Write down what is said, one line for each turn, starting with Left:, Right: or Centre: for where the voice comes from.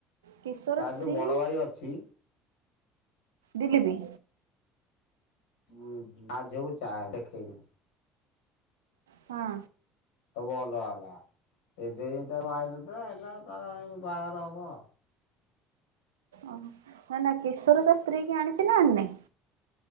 Right: କିଶୋର
Left: ତାର
Right: ସ୍ତ୍ରୀ
Left: ଯୋଉ ବଡ ଭାଇ ଅଛି।
Right: ଦିଲୀପି।
Left: ହୁଁ ମା ଝୋଉ ଚା ଦେଖେଇନି।
Right: ହଁ।
Left: ସବୁ ଅଲଗା ଅଲଗା ସେଇ ଦେଇ ତା ବାହାହେଇନଥିଲା ବାହାଘର ହବ।
Right: ଓଃ ନା କେସର ତା ସ୍ତ୍ରୀ କି ଆଣିଛି ନା ଆଣିନାହି।